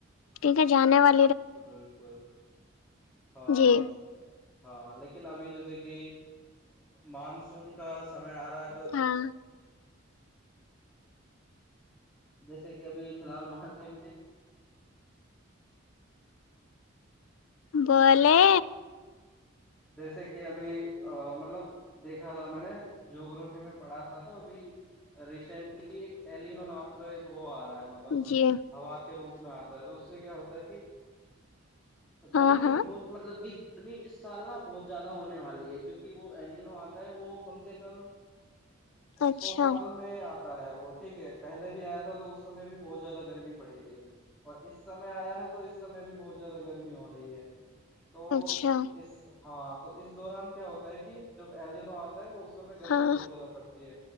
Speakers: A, on the left; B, in the centre.
A: کیونکہ جانے والے
B: بالکل ہاں
A: جی
B: ہاں لیکن ابھی جیسے کہ مانسون کا سمے میں آ رہا ہے تو
A: ہاں
B: جیسے کہ ابھی فی الحال مونسون
A: بولے
B: جیسے کہ ابھی مطلب دیکھ رہا تھا میں نے جو گروپی میں پڑھا تھا تو ابھی ریسنٹلی ایک ٹیلینو ایلینو نام کا ایک وہ ہے مطلب
A: جی
B: ہوا کے روپ میں آتا ہے تو اس سے کیا ہوتا تا کہ
A: ہاں
B: گرمی
A: ہاں
B: بہت مطلب کہ گرمی اس سال نا بہت زیادہ ہونے والی ہے کیونکہ وہ ایلینو آتا ہے وہ کم سے کم
A: اچھا
B: سو سال میں آتا وہ ٹھیک ہے پہلے بھی آیا تھا تو اس سمے بھی بہت زیادہ گرمی پڑی تھی اور اس سمے آیا ہے تو اس سمے بھی بہت زیادہ گرمی ہو رہی ہے تو
A: اچھا
B: اس ہاں تو اس دوران کیا ہوتا ہے کہ جب ایلینو آتا ہے تو اس سمے گرمی
A: ہاں
B: بہت زیادہ پڑتی ہے